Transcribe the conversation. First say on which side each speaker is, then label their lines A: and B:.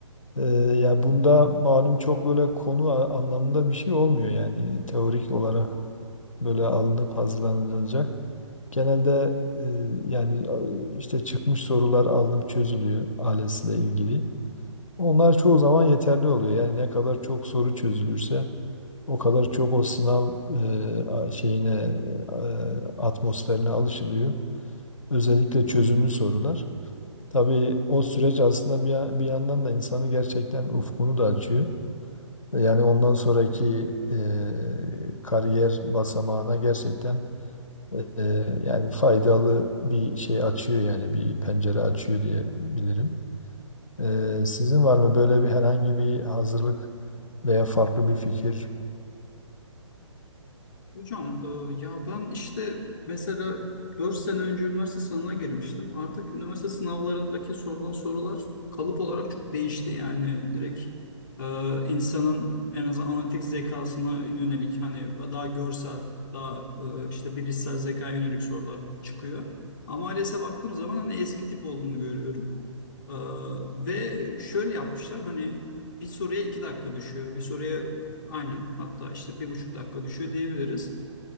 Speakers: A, on the left (about 85°); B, on the left (about 40°).
A: E, ya bunda malum çok böyle konu a- anlamında bir şey olmuyor yani teorik olarak böyle alınıp hazırlanılacak. Genelde e, yani a- işte çıkmış sorular alınıp çözülüyor ALES'le ilgili. Onlar çoğu zaman yeterli oluyor. Yani ne kadar çok soru çözülürse. O kadar çok o sınav e, a- şeyine, e, atmosferine alışılıyor. Özellikle çözümlü sorular. Tabii o süreç aslında bir, ya- bir yandan da insanı gerçekten ufkunu da açıyor. Yani ondan sonraki e, kariyer basamağına gerçekten e, e, yani faydalı bir şey açıyor yani bir pencere açıyor diye bilirim. E, sizin var mı böyle bir herhangi bir hazırlık veya farklı bir fikir?
B: Hocam e, ya ben işte mesela 4 sene önce üniversite sınavına girmiştim. Artık üniversite sınavlarındaki sorulan sorular kalıp olarak çok değişti. Yani direkt e, insanın en azından analitik zekasına yönelik hani daha görsel, daha e, işte bilişsel zekaya yönelik sorular çıkıyor. Ama ALES'e baktığım zaman hani eski tip olduğunu görüyorum. E, ve şöyle yapmışlar hani bir soruya 2 dakika düşüyor, bir soruya aynen hatta işte bir buçuk dakika düşüyor diyebiliriz.